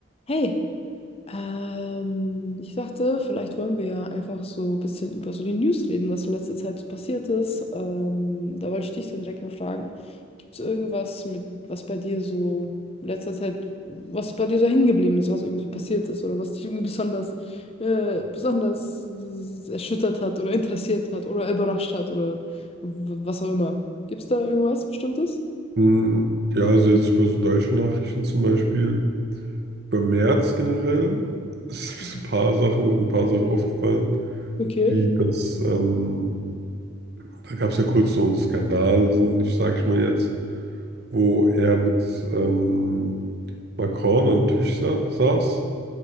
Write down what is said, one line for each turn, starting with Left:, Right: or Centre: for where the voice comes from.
Left: Hey, ähm, ich dachte, vielleicht wollen wir ja einfach so ein bisschen über so die News reden, was in letzter Zeit so passiert ist. Ähm, da wollte ich dich dann direkt mal fragen, gibt es irgendwas mit, was bei dir so in letzter Zeit, was bei dir so hängen geblieben ist, was irgendwie so passiert ist oder was dich irgendwie besonders, äh, besonders äh, erschüttert hat oder interessiert hat oder überrascht hat oder w- was auch immer. Gibt es da irgendwas Bestimmtes?
Right: Hm, Ja, also jetzt über so deutsche Nachrichten zum Beispiel. Bei März generell <laughs> ist mir
Left: Mhm.
Right: so ein paar Sachen, ein paar Sachen aufgefallen,
Left: Okay.
Right: wie das, ähm, da gab es ja kurz so einen Skandal, ich sage ich mal jetzt, wo er mit ähm, Macron am Tisch sa saß